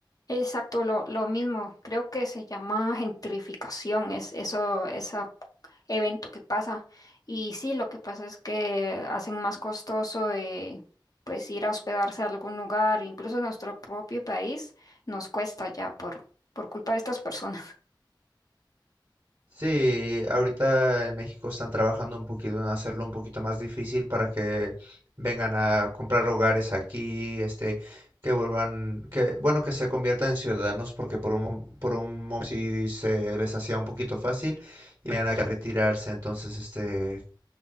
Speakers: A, on the left; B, on the right.
A: Exacto, lo, lo mismo. Creo que se llama gentrificación, es eso, ese evento que pasa. Y sí, lo que pasa es que hacen más costoso eh, pues ir a hospedarse a algún lugar, incluso en nuestro propio país, nos cuesta ya por, por culpa de estas personas.
B: Sí, ahorita en México están trabajando un poquito en hacerlo un poquito más difícil para que vengan a comprar hogares aquí, este, que vuelvan, que, bueno, que se conviertan en ciudadanos, porque por un, mom- por un momento sí se les hacía un poquito fácil y venían aquí a retirarse, entonces, este,